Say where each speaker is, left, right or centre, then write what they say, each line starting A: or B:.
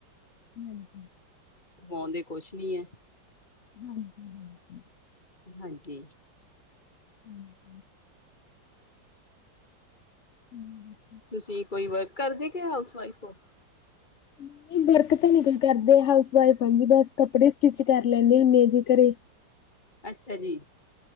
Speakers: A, on the left; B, on the left.
A: ਹਾਂਜੀ।
B: ਕਰਵਾਉਣ ਦੇ ਕੁਛ ਨੀ ਹੈ।
A: ਹਾਂਜੀ- ਹਾਂਜੀ।
B: ਹਾਂਜੀ।
A: ਹੂੰ। ਹੂੰ।
B: ਤੁਸੀਂ ਕੋਈ ਵ ਕਰਦੇ ਕੇ ਹਾਊਸ- ਵਾਈਫ ਉਹ
A: ਨਹੀਂ, ਵਰਕ ਤਾਂ ਨਹੀਂ ਈ ਕਰਦੇ, ਹਾਊਸ ਵਾਈਫ ਆ, ਬਸ ਕੱਪੜੇ ਸਟਿਚ ਕਰ ਲੈਂਦੇ ਮੈ ਜੇ ਘਰੇ।
B: ਅੱਛਾ ਜੀ,